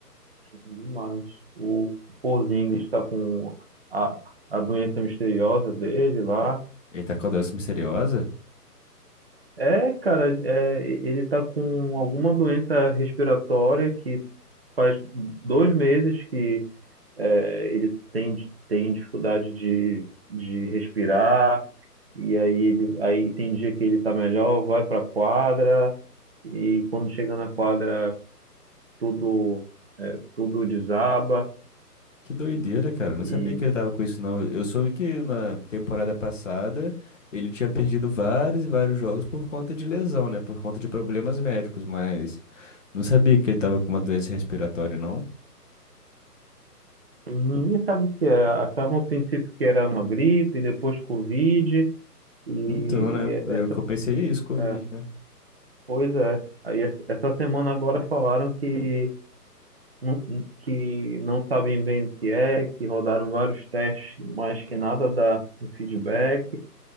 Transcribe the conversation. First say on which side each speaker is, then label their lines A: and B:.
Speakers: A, on the right; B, on the left.
A: demais. O Porzingis está com a, a doença misteriosa dele lá.
B: Ele tá com a doença misteriosa?
A: É, cara, é, e- ele tá com alguma doença respiratória que faz dois meses que é, ele tem, tem dificuldade de, de respirar E aí ele, aí tem dia que ele tá melhor, vai pra quadra, e quando chega na quadra tudo é, tudo desaba
B: Que doideira, cara. Eu Não
A: e,
B: sabia que ele tava com isso, não. Eu soube que na temporada passada ele tinha perdido vários e vários jogos por conta de lesão, né? Por conta de problemas médicos, mas não sabia que ele tava com uma doença respiratória, não.
A: e ninguém sabe o que é. Achavam no princípio que era uma gripe, depois Covid, e
B: Então, né?
A: é,
B: É o que eu pensei, é isso, Covid,
A: é,
B: né?
A: pois é. Aí es- essa semana agora falaram que não, que não sabem bem o que é, que rodaram vários testes, mas que nada dá um feedback.